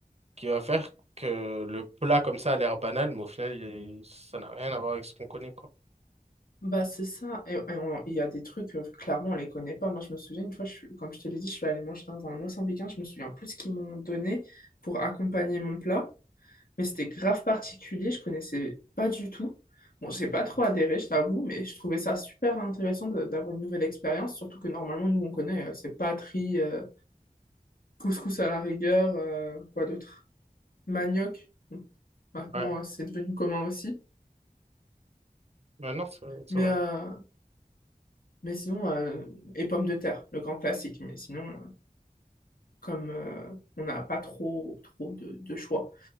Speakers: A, on the right; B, on the left.
A: qui va faire que le plat, comme ça, a l'air banal, mais au final, il est- ça n'a rien à voir avec ce qu'on connaît, quoi.
B: Bah, c'est ça. Et, et on- il y a des trucs, euh, clairement, on les connaît pas. Moi, je me souviens, une fois, je suis- comme je te l'ai dit, je suis allée manger dans un mozambicain, je me souviens plus ce qu'ils m'ont donné pour accompagner mon plat. mais c'était grave particulier, je connaissais pas du tout. Bon, j'ai pas trop adhéré, je t'avoue, mais je trouvais ça super intéressant de- d'avoir une nouvelle expérience, surtout que normalement, nous, on connaît, euh, c'est patrie, euh, couscous à la rigueur, euh, quoi d'autre? Manioc. Bon, Maintenant,
A: Ouais,
B: euh, c'est devenu commun aussi.
A: ouais, non, c'est c'est
B: Mais,
A: vrai.
B: euh, mais sinon, euh, et pommes de terre, le grand classique. Mais sinon, euh, comme euh, on n'a pas trop, trop de, de choix.